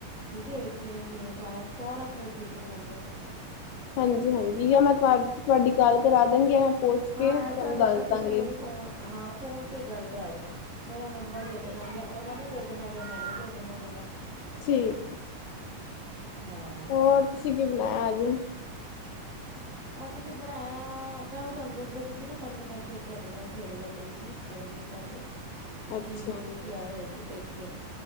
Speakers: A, on the right; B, on the left.
A: ਠੀਕ ਏ, ਕਿਵੇਂ- ਕਿਵੇਂ ਸਾਰਾ, ਸਾਰਾ ਪ੍ਰੋਸੀਜਰ ਮੈਨੂੰ ਦੱਸਣਾ
B: ਹਾਂਜੀ- ਹਾਂਜੀ ਯਾ ਮੈਂ ਤੁ ਤੁਹਾਡੀ ਗੱਲ ਕਰਾ ਦਵਾਂਗੀ ਯਾ ਮੈਂ ਪਹੁੰਚ
A: ਹਾਂ,
B: ਕੇ ਤੁਹਾਨੂੰ
A: ਐਸਾ ਕਰਨਾ
B: ਦੱਸ
A: ਤੁਸੀਂ
B: ਦਵਾਂਗੀ।
A: ਮੇਰੀ ਫ਼ੋਨ ਹਾਂ, ਫੋਨ ਤੇ ਗੱਲ ਕਰਾ ਦੇਣਾ। ਮੇਰਾ ਨੰਬਰ ਦੇ ਦੇਣਾ, ਜਾਂ ਉਹਨਾਂ ਨੂੰ ਦੇ ਦੇਣਾ ਜਾਂ ਮੈਨੂੰ ਦੇ ਦੇਣਾ ਉਹਨਾਂ ਦਾ।
B: ਠੀਕ।
A: ਹਾਂ,
B: ਹੋਰ, ਤੁਸੀਂ ਕੀ ਬਣਾਇਆ
A: ਪਤਾ
B: ਅੱਜ।
A: ਅੱਜ ਤਾਂ ਬਣਾਇਆ, ਮੈਂ ਉਹ ਤੁਹਾਨੂੰ ਦੱਸਦਾ ਪਈ ਸੀ ਨਾ ਪਹਿਲੇ ਮੈਂ ਜਦੋਂ ਤੁਹਾਡੇ ਨਾਲ ਸਵੇਰੇ ਗੱਲ ਹੋਈ ਸੀ। ਥੋੜ੍ਹੇ ਦਿਨ ਪਹਿਲੇ,
B: ਅੱਛਾ
A: ਕੀ ਅਸੀਂ ਆਏ ਹੋਏ ਸੀ ਪੇਕੇ।